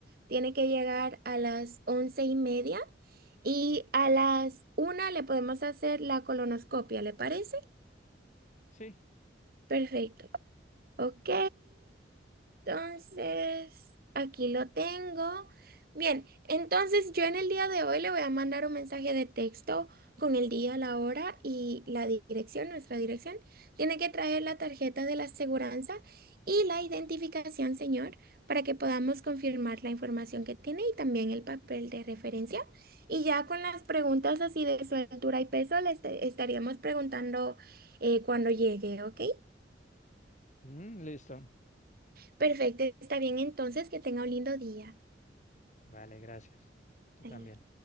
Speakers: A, on the right; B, on the left.
A: Tiene que llegar a las once y media. Y a las una le podemos hacer la colonoscopia, ¿le parece?
B: sí.
A: Perfecto. Ok. Entonces, aquí lo tengo. Bien, entonces yo en el día de hoy le voy a mandar un mensaje de texto con el día, la hora y la dirección, nuestra dirección. Tiene que traer la tarjeta de la aseguranza y la identificación, señor, para que podamos confirmar la información que tiene y también el papel de referencia. Y ya con las preguntas así de su altura y peso, le est- estaríamos preguntando eh, cuando llegue, ¿ok?
B: Mm, listo.
A: Perfecto, está bien entonces, que tenga un lindo día.
B: Vale, gracias. Tú también.
A: Ay.